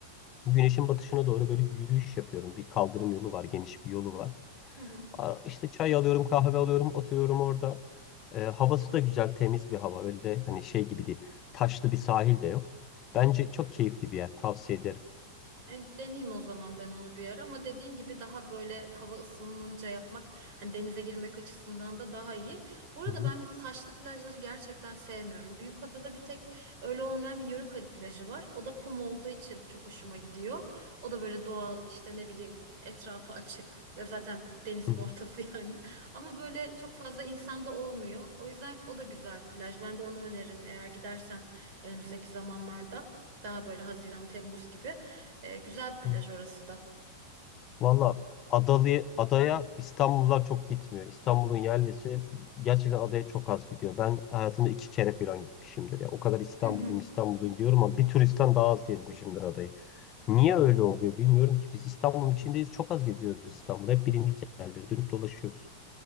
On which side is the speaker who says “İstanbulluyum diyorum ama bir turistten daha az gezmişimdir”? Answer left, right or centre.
Left